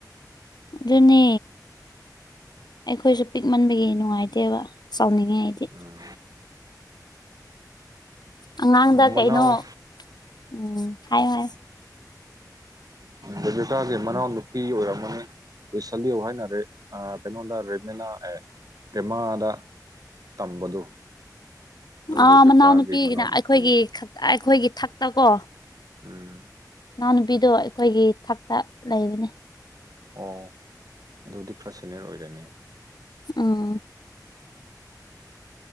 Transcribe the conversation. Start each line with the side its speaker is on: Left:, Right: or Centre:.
Left: ꯑꯗꯨꯅꯦ ꯑꯩꯈꯣꯏꯁꯨ ꯄꯤꯛꯃꯟꯕꯒꯤ ꯅꯨꯡꯉꯥꯏꯇꯦꯕ ꯆꯥꯎꯅꯤꯡꯉꯦ ꯑꯩꯗꯤ
Right: ꯎꯝ
Left: ꯑꯉꯥꯡꯗ
Right: ꯑꯣ, ꯃꯅꯥꯎ
Left: ꯀꯩꯅꯣ ꯎꯝ ꯍꯥꯏꯌꯣ ꯍꯥꯏꯌꯣ
Right: ꯔꯦꯕꯤꯀꯥꯒꯤ ꯃꯅꯥꯎ ꯅꯨꯄꯤ ꯑꯣꯏꯔꯝ ꯃꯅꯤ ꯂꯦꯁꯂꯤꯌꯣ ꯍꯥꯏꯅꯔꯦ ꯑꯥ ꯀꯩꯅꯣꯗ ꯔꯦꯞꯅꯤꯅ ꯑꯦ ꯀꯦꯃꯥꯗ ꯇꯝꯕꯗꯨ ꯑꯗꯨ
Left: ꯑꯥ
Right: ꯔꯦꯕꯤꯀꯥꯒꯤ
Left: ꯃꯅꯥꯎꯅꯨꯄꯤꯒꯤꯅ
Right: ꯃꯅꯥꯎꯅꯨꯄꯤ
Left: ꯑꯩꯈꯣꯏꯒꯤ ꯈꯛꯇ ꯑꯩꯈꯣꯏꯒꯤ ꯊꯛꯇ ꯀꯣ
Right: ꯎꯝ
Left: ꯏꯅꯥꯎꯅꯨꯄꯤꯗꯣ ꯑꯩꯈꯣꯏꯒꯤ ꯊꯛꯇ ꯂꯩꯕꯅꯤ
Right: ꯑꯣ ꯑꯗꯨꯗꯤ ꯈ꯭ꯔꯥ ꯁꯦꯅꯤꯌꯔ ꯑꯣꯏꯔꯦꯅꯦ
Left: ꯎꯝ